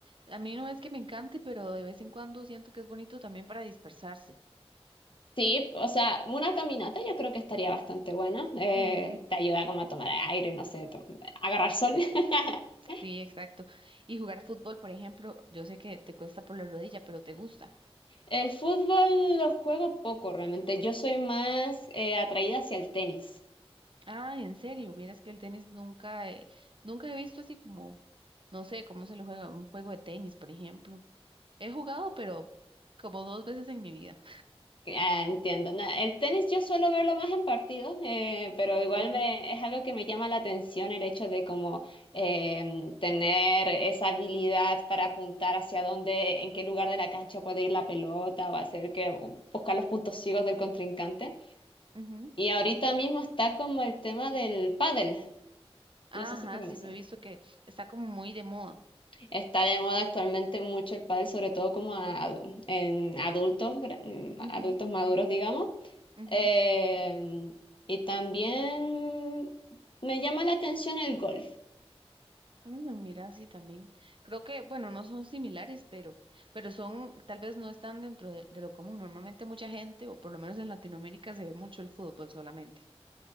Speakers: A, on the right; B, on the left.
A: A mí no es que me encante, pero de vez en cuando siento que es bonito también para dispersarse.
B: Sí, o sea, una caminata yo creo que estaría bastante buena. eh,
A: Ujú.
B: te ayuda como a tomar aire, no sé, to- agarrar sol. <laughs>
A: Sí, exacto. Y jugar fútbol, por ejemplo, yo sé que te cuesta por la rodilla, pero te gusta.
B: El fútbol lo juego poco realmente. Yo soy más eh, atraída hacia el tenis.
A: Ah, en serio, vieras que el tenis nunca, eh, nunca he visto así como, no sé, cómo se lo juega, un juego de tenis, por ejemplo. He jugado, pero como dos veces en mi vida.
B: Ah, entiendo. Na- el tenis yo suelo verlo más en partidos, eh, pero igual
A: <laughs>
B: me, es algo que me llama la atención el hecho de como em, tener esa habilidad para apuntar hacia dónde, en qué lugar de la cancha puede ir la pelota o hacer que o buscar los puntos ciegos del contrincante.
A: Ajá.
B: Y ahorita mismo está como el tema del pádel.
A: Ajá,
B: No sé si lo conoces.
A: sí, lo he visto que está como muy de moda.
B: Está de moda actualmente mucho el pádel, sobre todo como a- en adultos, gra-
A: Ujú,
B: adultos maduros, digamos.
A: ujú.
B: Eh, y también me llama la atención el golf.
A: Mm, mira, sí, también. Creo que, bueno, no son similares, pero, pero son, tal vez no están dentro de, de lo común. Normalmente mucha gente, o por lo menos en Latinoamérica, se ve mucho el fútbol solamente.